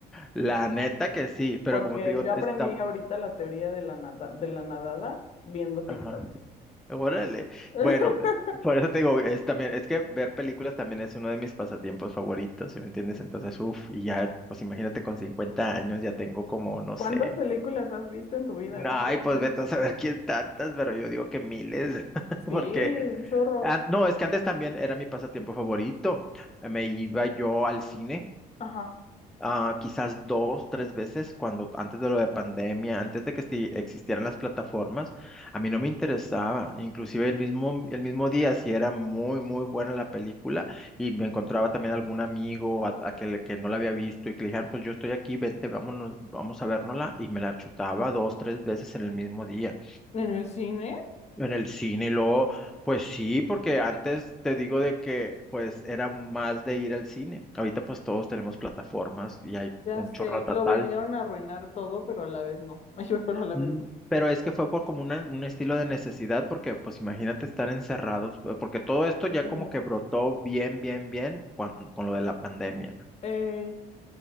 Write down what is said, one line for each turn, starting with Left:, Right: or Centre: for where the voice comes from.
Centre: La neta que sí, pero
Left: porque
Centre: como te digo,
Left: yo aprendí
Centre: está,
Left: ahorita la teoría de la nada- de la nadada viendo TikToks.
Centre: ajá, órale.
Left: <laughs>
Centre: Bueno, por eso te digo, es también, es que ver películas también es uno de mis pasatiempos favoritos, ¿sí me entiendes? Entonces, uff, y ya, pues imagínate con 50 años ya tengo como, no
Left: ¿Cuántas
Centre: sé.
Left: películas has visto en tu vida? ¿Cuántas
Centre: Ay, pues
Left: crees?
Centre: vete a saber quién tantas, pero yo digo que miles, <laughs> porque
Left: Sí, un chorro.
Centre: Ah, no, es que antes también era mi pasatiempo favorito. Eh, Me iba yo al cine,
Left: Ajá.
Centre: ah, quizás dos, tres veces, cuando antes de lo de pandemia, antes de que esti- existieran las plataformas, a mí no me interesaba. Inclusive el mismo, el mismo día, si era muy, muy buena la película, y me encontraba también algún amigo a, a que, le- que no la había visto y que le dijeron, pues yo estoy aquí, vente, vámonos, vamos a vernosla, y me la chutaba dos, tres veces en el mismo día.
Left: ¿En el cine?
Centre: En el cine, y luego, pues sí, porque antes te digo de que pues era más de ir al cine. Ahorita pues todos tenemos plataformas y hay
Left: Ya
Centre: un
Left: sé,
Centre: chorro total.
Left: lo vinieron a arruinar todo, pero a la vez no. <laughs> Ay, pero a la
Centre: Mm,
Left: vez no.
Centre: Pero es que fue por como una- un estilo de necesidad, porque pues imagínate estar encerrados, eh, porque todo esto ya
Left: Sí.
Centre: como que brotó bien, bien, bien cuando, con lo de la pandemia.
Left: Eh,